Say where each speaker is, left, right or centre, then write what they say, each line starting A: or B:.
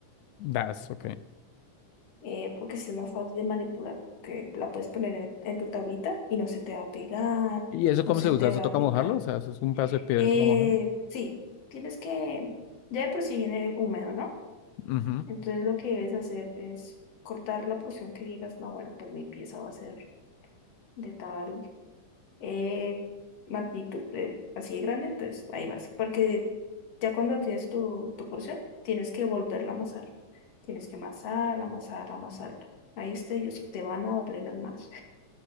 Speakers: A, on the left; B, on the left.
A: Das. Ok.
B: eh, porque si es más fácil de manipular, que la puedes poner en, en tu tablita y no se te va a pegar,
A: ¿Y eso
B: no
A: cómo
B: se
A: se
B: te
A: usa? ¿Eso
B: va
A: toca
B: a gritar.
A: mojarlo? O sea, eso es un pedazo de piedra
B: Eh,
A: y toca mojarlo.
B: sí, tienes que, ya de por sí viene húmedo, ¿no?
A: Ujú.
B: Entonces lo que debes hacer es cortar la porción que digas, no, bueno, pues mi pieza va a ser de tal. eh, magnitud de- así de grande, entonces ahí vas. Porque ya cuando tienes tu, tu porción, tienes que volverla a amasar. Tienes que amasar, amasar, amasarla. Ahí es tedioso, te van a doler las manos.